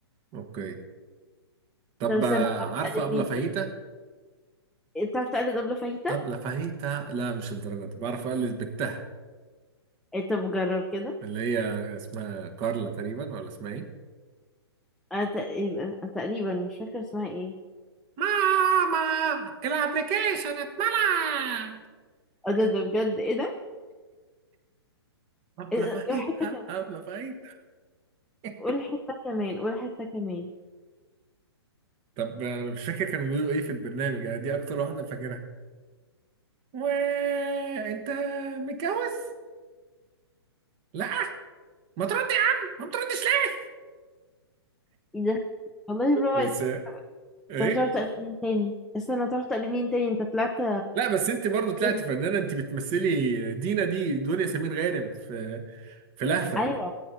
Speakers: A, on the right; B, in the centre.
A: اوكي طب
B: طب استنى
A: آه،
B: بتعرف
A: عارفه
B: تقلد
A: ابله
B: مين
A: فاهيتا
B: تاني إيه، بتعرف تقلد أبلة فاهيتا
A: ابله فاهيتا لا مش الدرجه دي بعرف اقلد بالتها
B: إيه، طب جرب كده
A: اللي هي اسمها كارلا تقريبا ولا اسمها ايه
B: انا تقريبا أنا تقريبا مش فاكره اسمها ايه
A: ماما الابلكيشن اتملى
B: اه ده ده بجد ايه ده
A: ابله
B: إيه ده؟
A: فاهيتا
B: قول حته كمان
A: ابله فاهيتا <laughs>
B: قول حته كمان قول حته كمان
A: طب آه، انا مش فاكر كانوا بيقولوا ايه في البرنامج انا دي اكتر واحده فاكرها وانت متجوز لا ما ترد يا عم ما بتردش ليه
B: ايه ده والله برافو
A: بس
B: عليك.
A: ايه
B: طب بتعرف تقلد مين تاني استنى بتعرف تقلد مين تاني انت طلعت
A: لا بس انت برضو طلعتي
B: كده
A: فنانه انت بتمثلي دينا دي دنيا سمير غانم في في لهفه
B: ايوه